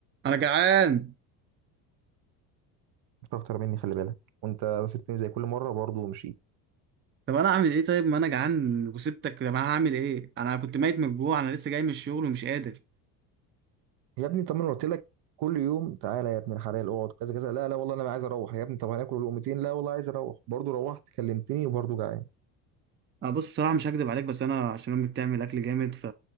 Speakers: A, on the right (about 25°); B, on the right (about 55°).
A: انا جعان
B: مش اكتر مني خلي بالك وانت سبتني زي كل مره برضه ومشيت
A: طب انا اعمل ايه طيب ما انا جعان وسبتك طب انا هعمل ايه انا كنت ميت من الجوع انا لسه جاي من الشغل ومش قادر
B: يا ابني طب ما انا قلت لك كل يوم تعالى يا ابن الحلال اقعد كذا كذا لا لا والله انا عايز اروح يا ابني طب هناكل لقمتين لا والله عايز اروح برضه روحت كلمتني وبرضه جعان
A: انا بص بصراحه مش هكدب عليك بس انا عشان امي بتعمل اكل جامد ف